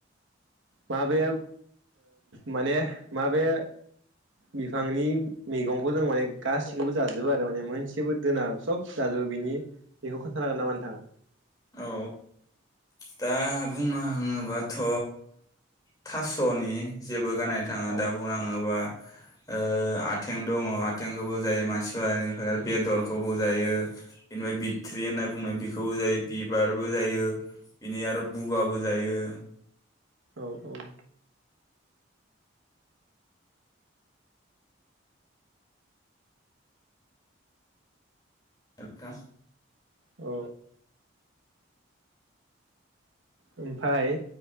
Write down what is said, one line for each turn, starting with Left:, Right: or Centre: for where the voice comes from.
Right: माबे माने माबे बिफांनि मैगंखौ जों माने गासिखौबो जाजोबो आरो माने मोनसेबो दोना सब जाजोबो बेनि बेखौ खोन्थानो हागोन नामा नोंथाङा?
Left: औ दा बुंनो थाङोबाथ' थास'नि जे बोगारनो थाङा
Right: अ
Left: दा बुंनो थाङोब्ला आथिं दङ आथेंखौबो जायो मानसिफोरानिफ्राय बेदरखौबो जायो बेनिफ्राय बिथट्रि होनना बुंनाय बेखौबो जायो बिबारबो जायो बिनि आरो बुगाबो जायो
Right: औ औ
Left: हेल' नोंथां
Right: औ ओमफ्राय